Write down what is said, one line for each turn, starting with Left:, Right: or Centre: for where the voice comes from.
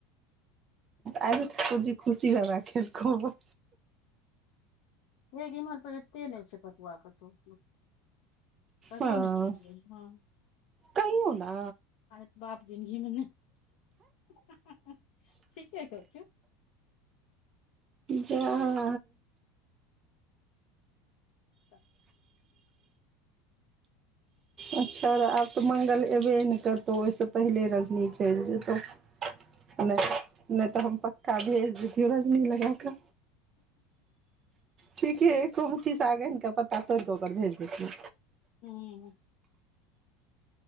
Right: आइ <unintelligible> ठाकुर जी खुशी हबे खेलकौ अ
Left: हेगे इम्हर पेटते नहि छै पटुआ कतौ कहियो
Right: हँ
Left: नहि खेलियै हँ
Right: कहियो नै
Left: आय बाप जिनगीमे नै ठीके कहै छियौ
Right: जा <unintelligible>
Left: त <inaudible>
Right: अच्छा रह आब तऽ मंगल एबे नहि करतौ ओहिसँ पहिले रजनी चलि जेतहु आ नहि नहि तऽ हम पक्का भेज दितियौ रजनी लगा कऽ ठीके एको मुट्ठी साग आनिकऽ पत्ता तोड़िकऽ ओकर भेज देतियौ
Left: हूंम्म